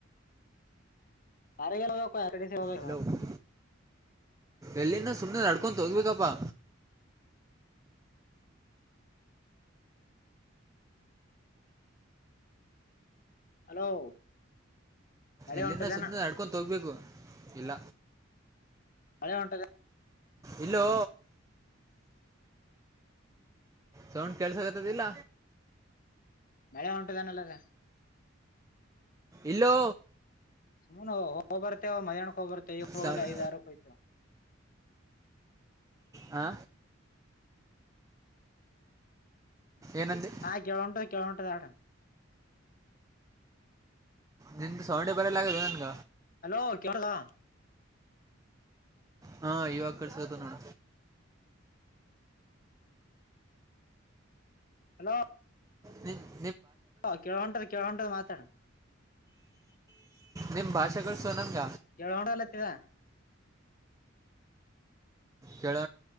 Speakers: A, on the left; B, on the right.
A: ಅರಗೆಲ್ಲ ಅರ
B: ಹಲೋ ಎಲ್ಲಿಂದ ಸುಮ್ನೆ ನಡ್ಕೊ ತೋಗ್ಬೇಕಪ್ಪಾ
A: ಹಲೋ.. ಮಳೆ
B: ಎಲ್ಲಿಂದ
A: ಹೊಂಟದೇನ
B: ಸುಮ್ಮನೆ ನಡ್ಕೊು ತೋಗ್ಬೇಕು ಇಲ್ಲ
A: ಅ ಹೊಂಟಾರೆ
B: ಇಲೋ ಸೌಂಡ್ ಕೆಲ್ಸಗತದಿಲ್ಲ
A: ಮಳ ಉಂಟದಾನಲ್ಲದ
B: ಇಲ್ಲೋ
A: ಹ ಹೋಗ್ ಬರ್ತೆವ ಮಧ್ಯಾಹ್ಕ್ಕೆ ಹೋಗ ಬರ್ತೇ ಈವ
B: ಸೌಂಡ್
A: ಹೋಗ ಐದ ಆಾರ ಹೋಗ್ತೇವ
B: ಆ ಏನಂದೆ
A: ಹಾ ಕೆವಂಟು ಕೆವಂಟದುಡ
B: ನಿದ ಸೌಂಡೆ ಬರ ಆದು ನನ್ಗ
A: ಹಲೋ ಕಲಾ..
B: ಹಾ ಯುವಾಗ ಕಸತ ನೋಡ
A: ಹಲೋ
B: ವಿ
A: ಹಓ ಕೆಳ ಹೊಂಟದ್ ಕೆಳ ಹೊಂಟದ್ ಮಾತಾಡ
B: ನಿಮ್ ಭಾಷೆಗಳುಳ್ಸೋ ನಂಗ
A: ಕೇಳೋಡಲ ಅತ ಹೇಳ.
B: ಕೆೇಳ